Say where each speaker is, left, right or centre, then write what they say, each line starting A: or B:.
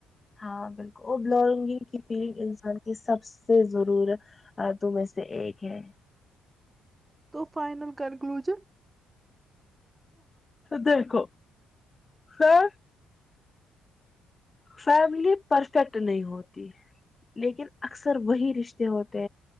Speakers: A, on the left; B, on the right.
A: ہاں بالکل اور بلگگ کی فیلنگ انسان کے سب سے ضرور ت میں سے ایک ہے
B: تو فائنل کنکلوژن
A: دیکھو خر فیملی پرفیکٹ نہیں ہوتی لیکن اکثر وہی رشتے ہوتے